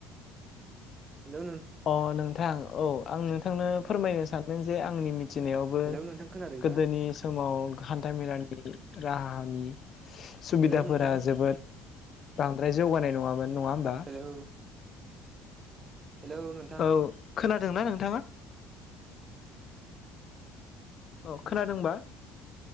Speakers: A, on the right; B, on the left.
A: हेलो
B: अ नोंथां औ आं नोंथांनो फोरमायनो सानदों जे आंनि मिथिनायावबो,
A: हेलौ नोंथां खोनादों
B: गोदोनि
A: ना
B: समाव हान्था मेलानि राहानि सुबिदाफोरा
A: हेलौ नोंथां
B: जोबोद, बांद्राय जौगानाय नङामोन नङा होमबा?
A: हेलौ हेलौ नों
B: औ खोनादोंना नोंथाङा? अ खोनादोंबा?